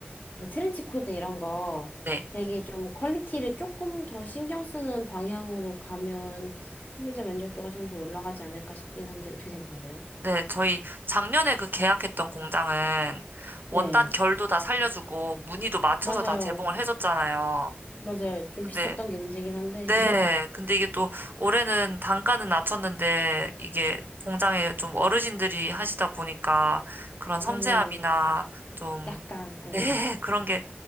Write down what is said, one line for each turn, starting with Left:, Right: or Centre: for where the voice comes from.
Left: 뭐 트렌치 코드 이런 거
Right: 네.
Left: 되게 좀 퀄리티를 조금 더 신경 쓰는 방향으로 가면 소비자 만족도가 좀 더 올라가지 않을까 싶긴 한데 어떻게 생각하세요?
Right: 네, 저희 작년에 그 계약했던 공장은
Left: 네,
Right: 원단 결도 다 살려주고 무늬도 맞춰서
Left: 맞아요.
Right: 다 제공을 해줬잖아요.
Left: 맞아요. 좀
Right: 근데,
Left: 비쌌던 게 문제긴 한데.
Right: 네,
Left: <laughs>
Right: 근데 이게 또 올해는 단가는 낮췄는데 이게 공장에 좀 어르신들이 하시다 보니까 그런 섬세함이나
Left: 맞아요.
Right: 좀
Left: 약간, 예.
Right: 네, 그런 게